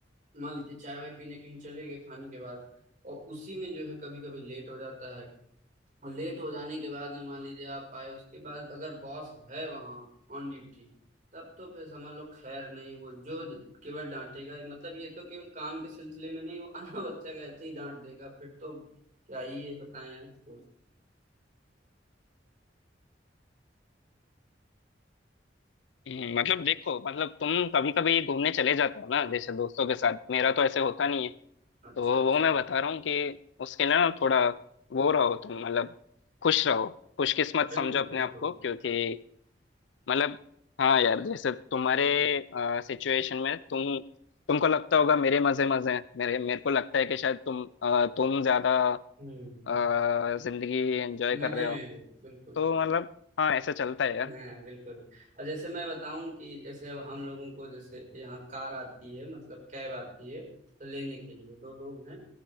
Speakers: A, on the right; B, on the left.
A: मान लीजिए चाय वाय पीने कहीं चले गए खाने के बाद और उसी में जो है कभी कभी लेट हो जाता है और लेट हो जाने के बाद में मान लीजिए आप आए उसके बाद अगर बॉस है वहाँ ऑन ड्यूटी तब तो फिर समझ लो खैर नहीं वो जो केवल डांटेगा मतलब ये तो केवल काम के सिलसिले में नहीं वो अनाबच्चा का ऐसे ही डांट देगा फिर तो क्या ही है बताएं आपको
B: हम्म, मतलब देखो मतलब तुम कभी कभी घूमने चले जाते हो ना जैसे दोस्तों के साथ मेरा तो ऐसे होता नहीं है
A: अच्छा
B: तो
A: अच्छा
B: वो मैं बता रहा हूँ कि उसके लिए ना थोड़ा वो रहो तुम मतलब खुश रहो खुशकिस्मत समझो
A: बिल्कुल
B: अपने
A: बिल्कुल
B: आप को क्योंकि मतलब हाँ यार जैसे तुम्हारे सिचुएशन में तुम तुमको लगता होगा मेरे मजे मजे हैं मेरे मेरे को लगता है कि शायद तुम अ, तुम ज्यादा
A: हम्म
B: अ, जिंदगी एंजॉय कर
A: मजे
B: रहे
A: में
B: हो
A: हो बिल्कुल
B: तो
A: बिल्कुल
B: मतलब हाँ ऐसे चलता है यार
A: हाँ बिल्कुल और जैसे मैं बताऊं कि जैसे अब हम लोगों को जैसे यहाँ कार आती है मतलब कैब आती है तो लेने के लिए दो लोग हैं